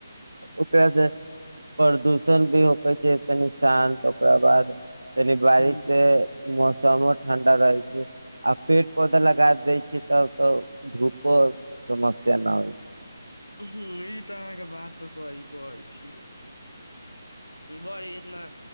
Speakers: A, on the right (about 75°); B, on the left (about 85°).
A: ओकरासँ प्रदूषण भी होकै छै तनी शान्त ओकरा बाद। तनि बारिश
B: हूँ
A: से मौसमो ठण्डा रहै छै आ। पेड़ पौधा लगा दै छियै तब त धूपो समस्या न होइ छै।
B: हुं ई त अहाँके बात त सही कहै छी बड़ इतना